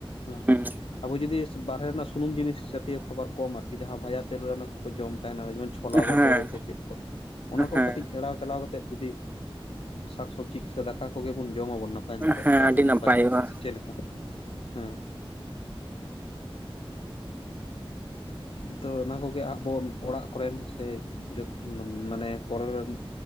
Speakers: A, on the left (about 75°); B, on the right (about 20°).
A: ᱦᱮᱸ
B: ᱦᱩᱸ
A: ᱟᱵᱚ ᱡᱩᱫᱤ ᱵᱟᱦᱨᱮ ᱨᱮᱱᱟᱜ ᱥᱩᱱᱩᱢ ᱡᱤᱱᱤᱥ ᱡᱟᱛᱤᱭ ᱠᱷᱚᱵᱟᱨ ᱠᱚᱢ ᱟᱨᱠᱤ ᱡᱟᱦᱟᱸᱼᱼ ᱵᱷᱟᱡᱟ ᱛᱮᱨᱮᱞ ᱨᱮ ᱚᱱᱟ ᱠᱚᱠᱚ ᱡᱚᱢ ᱛᱟᱦᱮᱱᱟ ᱡᱮᱢᱚᱱ ᱪᱷᱚᱞᱟ ᱵᱟᱹᱴᱚᱨᱟ
B: ᱦᱮᱸ
A: ᱠᱚ ᱪᱮᱜ ᱠᱚ ᱚᱱᱟ ᱠᱚ
B: ᱦᱮᱸ
A: ᱠᱟᱴᱤᱡ ᱮᱲᱟᱣ ᱪᱟᱞᱟᱣ ᱠᱟᱛᱼᱼ ᱛᱮᱜ ᱡᱩᱫᱤ ᱥᱟᱠ ᱥᱚᱵᱽᱡᱤ ᱥᱮ ᱫᱟᱠᱟ ᱠᱚᱜᱮ ᱵᱚᱱ ᱡᱚᱢᱟ ᱵᱚᱱ ᱱᱟᱯᱟᱭ ᱱᱟᱯᱟᱭᱟᱜ
B: ᱦᱮᱸ
A: ᱛᱚ ᱟᱹᱰᱤ
B: ᱱᱟᱯᱟᱭᱚᱜᱼᱟ
A: ᱱᱟᱯᱟᱭ ᱠᱚᱜ ᱜᱮᱭᱟ᱾ ᱪᱮᱜ ᱞᱮᱠᱟ ᱦᱮᱸ᱾ ᱛᱚ ᱚᱱᱟ ᱠᱚᱜᱮ ᱟᱸᱜ ᱵᱚᱱ ᱚᱲᱟᱜ ᱠᱚᱨᱮᱱ ᱥᱮ ᱡᱚᱛ ᱱᱚ ᱢᱟᱱᱮ ᱯᱚᱨᱮ ᱨᱮᱱ